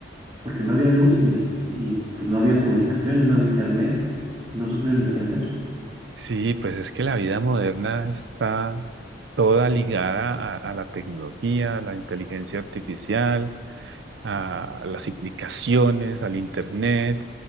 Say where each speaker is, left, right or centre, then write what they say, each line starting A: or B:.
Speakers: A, on the right; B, on the right.
A: porque no había luz y, y, pues no había comunicaciones, no había internet, no supieron ni
B: Ah.
A: qué hacer.
B: Sí, pues es que la vida moderna está toda ligada a, a la tecnología, a la inteligencia artificial, a las aplicaciones, al internet,